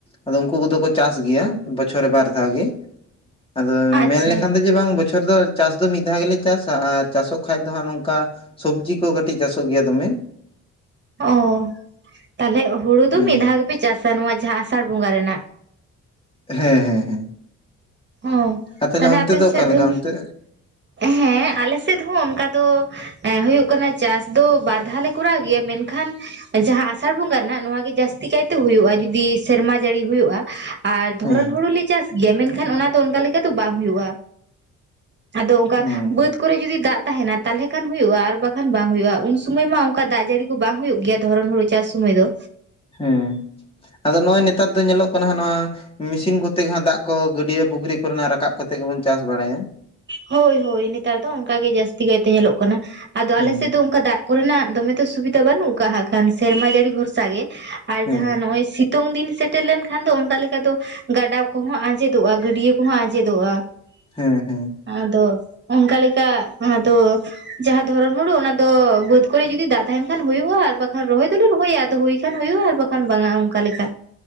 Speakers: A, on the left; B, on the right.
A: ᱟᱫᱚ ᱩᱱᱠᱩ ᱠᱚᱫᱚ ᱠᱚ ᱪᱟᱥ ᱜᱮᱭᱟ ᱵᱚᱪᱷᱚᱨ ᱨᱮ ᱵᱟᱨ ᱫᱷᱟᱣ ᱜᱮ᱾ ᱟᱫᱚ
B: ᱟᱪᱪᱷᱟ
A: ᱢᱮᱱ ᱞᱮᱠᱷᱟᱱ ᱫᱚ ᱡᱮ ᱵᱟᱝ ᱵᱚᱪᱷᱚᱨ ᱫᱚ ᱪᱟᱥ ᱫᱚ ᱢᱤᱫ ᱫᱷᱟᱣ ᱜᱮᱞᱮ ᱪᱟᱥᱼᱟ᱾ ᱟᱨ ᱪᱟᱥᱚᱜ ᱠᱷᱟᱡ ᱫᱚ ᱦᱟᱸᱜ ᱱᱚᱝᱠᱟ ᱥᱚᱵᱽᱡᱤ ᱠᱚ ᱠᱟᱹᱴᱤᱡ ᱪᱟᱥ ᱚᱜ ᱜᱮᱭᱟ ᱫᱚᱢᱮ᱾
B: ᱚ ᱛᱟᱞᱦᱮ ᱦᱳᱲᱳ ᱫᱚ
A: ᱦᱮᱸ
B: ᱢᱤᱫ ᱫᱷᱟᱣ ᱜᱮᱯᱮ ᱪᱟᱥ-ᱟ ᱱᱚᱣᱟ ᱡᱟᱦᱟ ᱟᱥᱟᱲ ᱵᱚᱸᱜᱟ ᱨᱮᱱᱟᱜ᱾
A: ᱦᱮᱸ, ᱦᱮᱸ, ᱦᱮᱸ᱾
B: ᱚ
A: ᱟᱨ ᱛᱟᱦᱞᱮ
B: ᱛᱟᱞᱦᱮ
A: ᱚᱱᱛᱮ
B: ᱟᱯᱮ ᱥᱮᱫ
A: ᱚᱠᱟᱞᱮᱠᱟ
B: ᱫᱚ
A: ᱚᱱᱛᱮ
B: ᱦᱮᱸ ᱟᱞᱮ ᱥᱮᱫ ᱦᱚᱸ ᱚᱱᱠᱟ ᱫᱚ ᱮᱸᱻ ᱦᱳᱭᱳᱜ ᱠᱟᱱᱟ ᱪᱟᱥ ᱫᱚ ᱵᱟᱨ ᱫᱷᱟᱣ ᱞᱮ ᱠᱚᱨᱟᱣ ᱜᱮᱭᱟ᱾ ᱢᱮᱱᱠᱷᱟᱱ ᱡᱟᱦᱟ ᱟᱥᱟᱲ ᱵᱚᱸᱜᱟ ᱨᱮᱱᱟᱜ ᱱᱚᱣᱟ ᱜᱮ ᱡᱟᱹᱥᱛᱤ ᱠᱟᱭᱛᱮ ᱦᱩᱭᱩᱜ-ᱟ ᱡᱩᱫᱤ ᱥᱮᱨᱢᱟ ᱡᱟᱹᱲᱤ ᱦᱩᱭᱩᱜ-ᱟ᱾ ᱟᱨ ᱫᱷᱚᱨᱚᱱ
A: ᱦᱮᱸ
B: ᱦᱩᱲᱩ ᱞᱮ ᱪᱟᱥ ᱜᱮᱭᱟ᱾ ᱢᱮᱱᱠᱷᱟᱱ ᱚᱱᱟ ᱫᱚ ᱚᱱᱠᱟ ᱞᱮᱠᱟ ᱫᱚ ᱵᱟᱝ ᱦᱩᱭᱩᱜ-ᱟ᱾ ᱟᱫᱚ ᱚᱱᱠᱟ
A: ᱦᱩᱸ
B: ᱵᱟᱹᱫᱽ ᱠᱚᱨᱮ ᱡᱩᱫᱤ ᱫᱟᱜ ᱛᱟᱦᱮᱱᱟ᱾ ᱛᱟᱞᱦᱮ ᱠᱷᱟᱱ ᱦᱳᱭᱳᱜ-ᱟ ᱟᱨ ᱵᱟᱠᱷᱟᱱ ᱵᱟᱝ ᱦᱳᱭᱳᱜ-ᱟ ᱩᱱ ᱥᱩᱢᱚᱭ ᱢᱟ ᱚᱱᱠᱟ ᱫᱟᱜ ᱡᱟᱹᱲᱤ ᱠᱚ ᱵᱟᱝ ᱦᱳᱭᱳᱜ ᱜᱮᱭᱟ ᱫᱷᱚᱨᱚᱱ ᱦᱳᱲᱳ ᱪᱟᱥ ᱥᱩᱢᱚᱭ ᱫᱚ᱾
A: ᱦᱩᱸ ᱟᱫᱚ ᱱᱚᱸᱜ-ᱚᱭ ᱱᱮᱛᱟᱨ ᱫᱚ ᱧᱮᱞᱚᱜ ᱠᱟᱱᱟ ᱦᱟᱸᱜ ᱱᱚᱣᱟ ᱢᱮᱥᱤᱱ ᱠᱚᱛᱮ ᱜᱮ ᱦᱟᱸᱜ ᱫᱟᱜ ᱠᱚ ᱜᱟᱹᱰᱭᱟᱹ, ᱯᱩᱠᱷᱤᱨᱤ ᱠᱚ ᱨᱮᱱᱟᱜ ᱨᱟᱠᱟᱵ ᱠᱟᱛᱮᱜ ᱜᱮᱵᱚᱱ ᱪᱟᱥ ᱵᱟᱲᱟᱭᱟ᱾
B: ᱦᱳᱭ, ᱦᱳᱭ ᱱᱮᱛᱟᱨ ᱫᱚ ᱚᱱᱠᱟ ᱜᱮ ᱡᱟᱹᱥᱛᱤ ᱠᱟᱭᱛᱮ ᱧᱮᱞᱚᱜ ᱠᱟᱱᱟ ᱟᱫᱚ ᱟᱞᱮ
A: ᱦᱮᱸ
B: ᱥᱮᱫ ᱫᱚ ᱚᱱᱠᱟ ᱫᱟᱜ ᱠᱚ ᱨᱮᱱᱟᱜ ᱫᱚᱢᱮ ᱛᱚ ᱥᱩᱵᱤᱫᱷᱟ ᱵᱟᱹᱱᱩᱜ ᱠᱟᱜ-ᱟ ᱦᱟᱸᱜ ᱠᱷᱟᱱ ᱥᱮᱨᱢᱟ ᱡᱟᱹᱲᱤ ᱵᱷᱚᱨᱥᱟ ᱜᱮ ᱟᱨ
A: ᱦᱮᱸ
B: ᱡᱟᱦᱟ ᱱᱚᱸᱜ-ᱚᱭ ᱥᱤ ᱛᱳᱝ ᱫᱤᱱ ᱥᱮᱴᱮᱨ ᱞᱮᱱ ᱠᱷᱟᱱ ᱫᱚ ᱚᱱᱠᱟ ᱞᱮᱠᱟ ᱫᱚ ᱜᱟᱰᱟ ᱠᱚᱦᱚᱸ ᱟᱸᱡᱮᱫᱚᱜ-ᱟ, ᱜᱟᱹᱰᱭᱟᱹ ᱠᱚᱦᱚᱸ ᱟᱸᱡᱮᱫᱚᱜ-ᱟ᱾
A: ᱦᱮᱸ, ᱦᱮᱸ ᱾
B: ᱟᱫᱚ ᱚᱱᱠᱟ ᱞᱮᱠᱟ ᱟᱫᱚ ᱡᱟᱦᱟ ᱫᱷᱚᱨᱚᱱ ᱦᱩᱲᱩ ᱚᱱᱟ ᱫᱚ ᱵᱟᱹᱫᱽ ᱠᱚᱨᱮ ᱡᱩᱫᱤ ᱫᱟᱜ ᱛᱟᱦᱮᱱ ᱠᱷᱟᱱ ᱦᱳᱭᱩᱜ-ᱟ᱾ᱟᱨ ᱵᱟᱠᱷᱟᱱ ᱨᱚᱦᱚᱭ ᱫᱚᱞᱮ ᱨᱚᱦᱚᱭᱟ ᱟᱫᱚ ᱦᱩᱭ ᱠᱷᱟᱱ ᱦᱩᱭᱩᱜ-ᱟ ᱟᱨ ᱵᱟᱠᱷᱟᱱ ᱵᱟᱝ-ᱟ ᱚᱱᱠᱟ ᱞᱮᱠᱟ᱾